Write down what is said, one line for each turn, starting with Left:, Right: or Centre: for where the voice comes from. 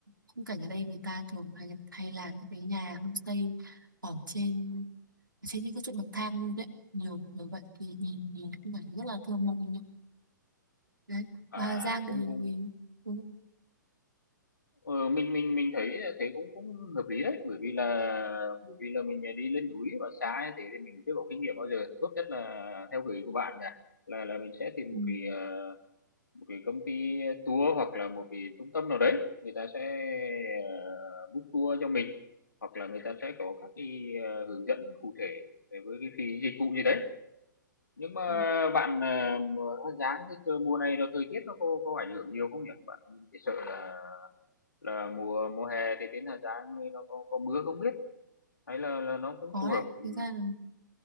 Right: khung cảnh ở đây người ta thường hay hay làm các cái nhà homestay ở trên ở trên những cái chỗ bậc thang luôn đấy nhiều nhiều vậy thì nhìn nhìn khung cảnh rất là thơ mộng nhá. đấy
Left: À,
Right: và Hà Giang
Left: cũng
Right: thì,
Left: cũng
Right: thì cũng,
Left: Ờ, mình mình mình thấy là thế cũng cũng hợp lý đấy, bởi vì là bởi vì là mình, à, đi lên núi và xa như thế thì mình chưa có kinh nghiệm bao giờ. Tốt nhất là theo gợi ý của bạn nè, là là mình sẽ tìm
Right: ừ,
Left: một cái, ờ, một cái công ty tour hoặc là một cái trung tâm nào đấy, người ta sẽ, ờ, book tour cho mình, hoặc là người ta sẽ có các cái, ờ, hướng dẫn cụ thể về với cái phí dịch vụ gì đấy. Nhưng mà
Right: cũng
Left: bạn, à, mà giá cái thời mùa này rồi thời tiết nó có có ảnh hưởng nhiều không nhỉ? Bạn mình chỉ sợ là là mùa mùa hè thì đến thời gian thì nó có, có mưa không biết hay là là nó cũng
Right: có
Left: phù hợp
Right: đấy
Left: ừ.
Right: thực ra là